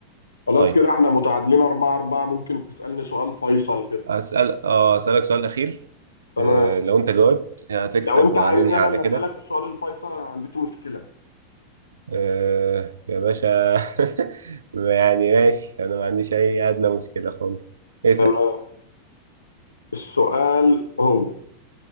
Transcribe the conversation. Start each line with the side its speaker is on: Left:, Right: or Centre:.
Left: خلاص
Right: طيب
Left: كده احنا متعادلين 4 4 ممكن تسألني سؤال فيصل كده
Right: اسال اه اسالك سؤال اخير
Left: تمام
Right: آه لو انت جاوبت هتكسب
Left: لو انت
Right: وهننهي
Left: عايزني انا
Right: على
Left: اللي
Right: كده
Left: اسالك السؤال الفيصل انا ما عنديش مشكله
Right: آه يا باشا <laughs> يعني ماشي انا ما عنديش اي ادنى مشكله خالص اسال
Left: تمام السؤال هو